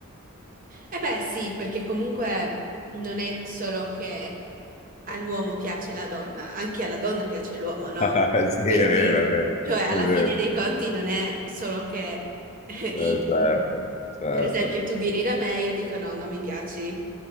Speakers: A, on the right; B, on the left.
A: E beh, sì, perché comunque non è solo che all'uomo piace la donna, anche alla donna piace l'uomo, no?
B: <laughs> Sì,
A: Quindi,
B: è vero, è vero,
A: cioè, alla
B: è vero.
A: fine dei conti non è solo che, <laughs> eh,
B: Eh,
A: i-
B: certo, certo.
A: per esempio, tu vieni da me e io dico no, non mi piaci.